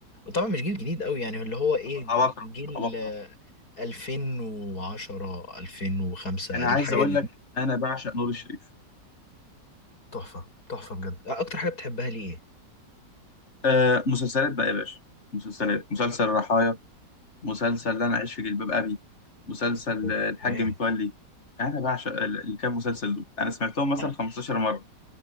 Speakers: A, on the left (about 55°); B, on the left (about 40°).
A: طبعا مش جيل جديد قوي يعني اللي هو ايه
B: عباقرة
A: جيل
B: عباقرة
A: آه، 2010 2005
B: انا
A: الحاجات
B: عايز اقول
A: دي
B: لك انا بعشق نور الشريف
A: تحفه تحفه بجد آه، اكتر حاجه بتحبها ليه ايه
B: آه مسلسلات بقى يا باشا مسلسلات مسلسل رحايا مسلسل لا انا اعيش في جلباب ابي مسلسل
A: اوكي
B: آه، الحاج متولي انا بعشق ال- الكام مسلسل دول انا سمعتهم مثلا
A: انا
B: 15 مره